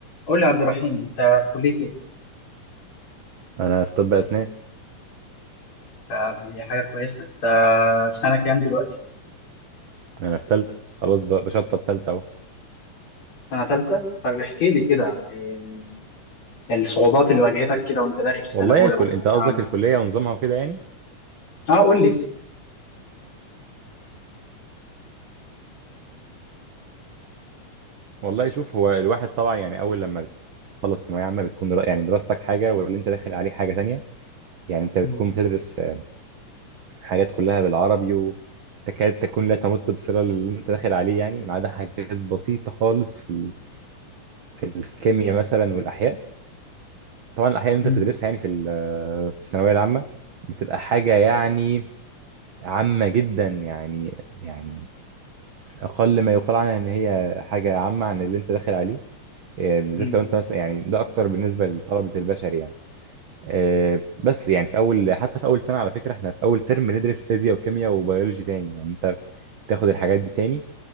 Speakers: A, on the left; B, on the right.
A: قول لي يا عبد الرحيم انت في كلية ايه؟
B: انا في طب اسنان
A: انت- دي حاجة كويسة انت في سنة كام دلوقتي؟
B: انا في ثالثه خلاص ب- بشطب ثالثه اهو
A: سنة تالتة؟ طيب احكي لي كده إيه الصعوبات اللي واجهتك كده وانت داخل في سنة
B: والله
A: أولى
B: يا كل
A: بعد ثانوية
B: انت قصدك
A: عامة
B: الكليه ونظامها وكده يعني
A: اه قول لي
B: والله شوف هو الواحد طبعا يعني اول لما بتخلص ثانويه عامه بتكون درا... يعني دراستك حاجه واللي انت داخل عليه حاجه تانية يعني انت بتكون
A: م-
B: بتدرس آه، حاجات كلها بالعربي وتكاد تكون لا تمت بصله للي انت داخل عليه يعني ما عدا حاجات بسيطه خالص في ال... في الكيمياء مثلا والاحياء طبعا الاحياء اللي
A: م-
B: انت بتدرسها يعني في ال... آه، في الثانويه العامه بتبقى حاجه يعني عامه جدا يعني يعني أقل ما يقال عنها إن هي حاجة عامة عن اللي أنت داخل عليه آه، بالذات
A: م-
B: لو أنت مثلا يعني ده أكتر بالنسبة لطلبة البشر يعني آه،
A: م-
B: بس يعني في أول حتى في أول سنة على فكرة إحنا في أول ترم ندرس فيزياء وكيمياء وبيولوجي تاني يعني أنت تاخد الحاجات دي تاني